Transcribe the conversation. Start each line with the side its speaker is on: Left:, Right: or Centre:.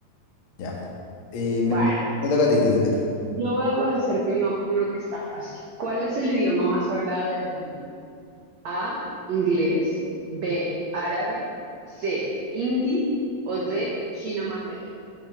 Left: Ya. Eh, me-
Right: Bueno,
Left: Te toca a ti, te toca a ti.
Right: yo voy a hacerte uno, uno que está fácil. ¿Cuál es el idioma más hablado del mundo? A, inglés, B, árabe, C, hindi o D, chino mandarín.